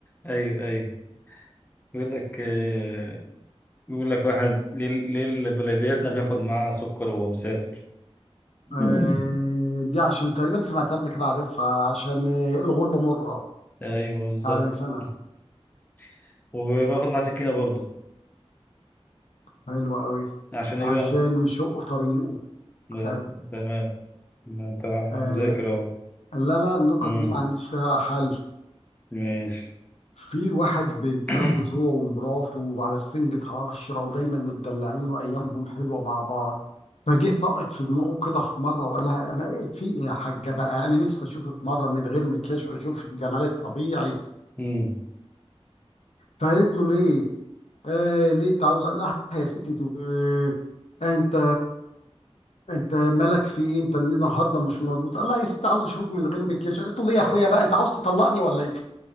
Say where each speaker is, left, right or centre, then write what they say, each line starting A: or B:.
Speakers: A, on the left; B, on the left.
A: ايوه ايوه يقول لك آه، يقول لك واحد ليه ليه بلدياتنا بياخد معاه سكر وهو مسافر
B: آه،
A: مم.
B: دي عشان تقريبا سمعتها قبل كده عارفها عشان آه، الغربة مرة
A: ايوه بالظبط
B: عارف انا
A: <laughs> وباخد معاه سكينه برضو
B: حلو قوي
A: عشان ايه
B: عشان
A: بقى
B: يشق طريقه
A: لا،
B: حلو
A: تمام انت
B: آه
A: مذاكر اهو
B: لا لا النكت
A: مم،
B: دي ما عنديش فيها حل
A: ماشي
B: في واحد بيتجوز
A: <coughs>
B: هو ومراته وعلى سنجة عشرة ودايما متدلعين وأيامهم حلوة مع بعض فجه طقت في دماغه كده في مرة وقال لها أنا إيه في إيه يا حاجة بقى أنا نفسي أشوفك مرة من غير مكياج وأشوفك جمال الطبيعي
A: مم.
B: فقالت له ليه؟ آه ليه أنت عاوز؟ قال لها يا ستي أنت آه أنت انت مالك في ايه انت النهارده مش مظبوط قال لها يا ست عاوز اشوفك من غير مكياج قالت له ليه يا اخويا بقى انت عاوز تطلقني ولا ايه